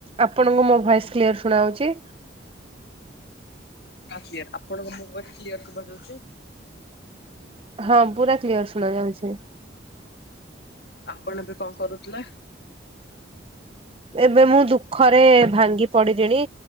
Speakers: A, on the right; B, on the left.
A: ଆପଣଙ୍କୁ ମୋ voice clear ଶୁଣାଉଛି।
B: ହଁ କ୍ଳିଅର। ଆପଣଙ୍କୁ ମୋ ଭଏସ କ୍ଲିଅର ଶୁଭା ଯାଉଛି।
A: ହଁ ପୁରା କ୍ଲିୟର ଶୁଣା ଯାଉଛି।
B: ଆପଣ ଏବେ କଣ କରୁଥିଲେ?
A: ଏବେ ମୁଁ ଦୁଃଖରେ ଭାଙ୍ଗି ପଡିିଲିଣି।